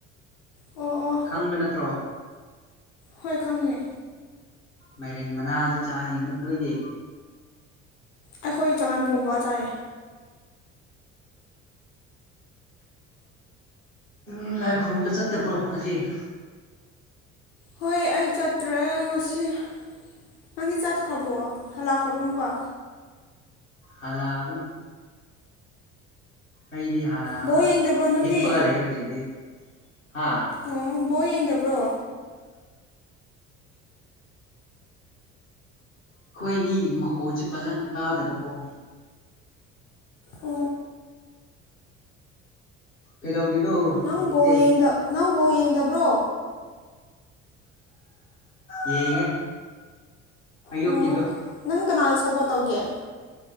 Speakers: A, on the left; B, on the left.
A: ꯑꯣ ꯑꯣ
B: ꯈꯪꯕ ꯅꯠꯇ꯭ꯔꯣ
A: ꯍꯣꯏ ꯈꯪꯉꯦ
B: ꯃꯥꯏꯔꯦꯟ ꯃꯅꯥꯗ ꯆꯥꯏ ꯅ ꯅꯣꯏꯅꯦ
A: ꯑꯩꯈꯣꯏ ꯆꯉꯟ ꯄꯣꯝꯕ ꯆꯥꯏ
B: ꯎ ꯂꯥꯏ ꯈꯨꯔꯨꯝꯕ ꯆꯠꯇꯕ꯭ꯔꯣ ꯍꯧꯖꯤꯛ
A: ꯍꯣꯏ ꯑꯩ ꯆꯠꯇ꯭ꯔꯦ ꯉꯁꯤ ꯅꯪꯗꯤ ꯆꯥꯠꯈ꯭ꯔꯕꯣ ꯍꯜꯂꯛꯈ꯭ꯔꯕꯣ ꯑꯃꯨꯛꯀ
B: ꯍꯂꯕꯅꯦ ꯑꯩꯗꯤ ꯍꯜꯂꯛꯑꯒ
A: ꯕꯣꯜ ꯌꯦꯡꯗꯕ꯭ꯔꯣ ꯅꯪꯗꯤ
B: ꯍꯤꯞꯄꯒ ꯂꯩ ꯍꯧꯖꯤꯛꯇꯤ ꯍꯥ
A: ꯑꯣ ꯕꯣ ꯌꯦꯡꯗꯕ꯭ꯔꯣ
B: ꯑꯩꯈꯣꯏꯅꯤ ꯃꯈꯣꯟꯁꯦ ꯐꯖꯅ ꯇꯥꯗꯕꯀꯣ
A: ꯑ
B: ꯀꯩꯗꯧꯔꯤꯅꯣ
A: ꯅꯪꯕꯨ
B: ꯍꯧꯖꯤꯛꯇꯤ
A: ꯅꯪꯕꯨ ꯌꯦꯡꯗꯕ꯭ꯔꯣ
B: ꯌꯦꯡꯉ ꯑꯌꯨꯛꯀꯤꯗꯣ
A: ꯑꯣ ꯅꯪ ꯀꯅꯥꯗ ꯁꯞꯄꯣꯔꯠ ꯇꯧꯒꯦ